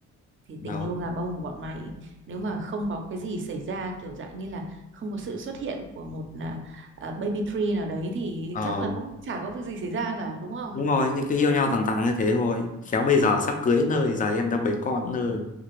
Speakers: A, on the right (about 40°); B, on the left (about 25°).
A: thì
B: đó
A: tình yêu gà bông của bọn mày nếu mà không có cái gì xảy ra kiểu dạng như là không có sự xuất hiện của một à, à, baby tree nào đấy thì
B: Ờ,
A: chắc là cũng chả có việc gì xảy ra cả đúng không?
B: đúng rồi thì cứ yêu nhau thẳng thắn như thế thôi khéo bây giờ sắp cưới nơi giờ em đang bế con nơi